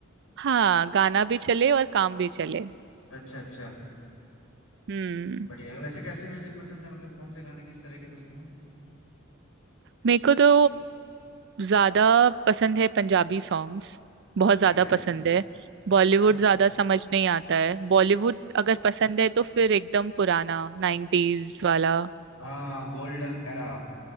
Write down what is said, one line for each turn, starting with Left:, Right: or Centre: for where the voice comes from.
Right: हाँ गाना भी चले और काम भी चले
Left: अच्छा अच्छा
Right: हम्म
Left: बढ़िया है वैसे कैसे म्यूजिक पसंद है मतलब कौन से गाने किस तरह के पसंद है
Right: मेरे को तो ज्यादा पसंद है पंजाबी सॉन्ग्स बहुत
Left: ओके
Right: ज्यादा पसंद है
Left: अच्छा
Right: बॉलीवुड ज्यादा समझ नहीं आता है बॉलीवुड अगर पसंद है तो फिर एकदम पुराना नाइन्टीज वाला
Left: हाँ गोल्डन एरा